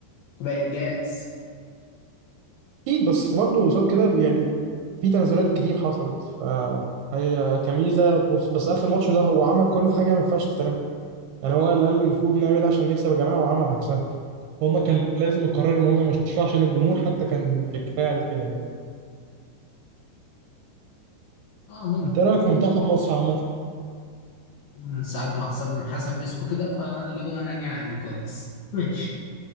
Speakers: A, on the left (about 70°); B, on the right (about 80°).
A: تبقى انجاز
B: اكيد بس برضو قصاد كده يعني في تنازلات كتير حصلت ف هي كميزه بص- بس اخر ماتش ده هو عمل كل حاجه ما ينفعش تتعمل يعني هو اللي قال المفروض نعمل إيه عشان نكسب يا جماعه وعمل عكسها هم كان لازم القرار ان هم يمشوه عشان الجمهور حتى كان كان كفايه عليه كده يعني
A: اه ممكن
B: انت إيه رايك في منتخب مصر عامه
A: من ساعات ما حسن حسن مسكه كده فاللي هو يعني عادي كويس ماشي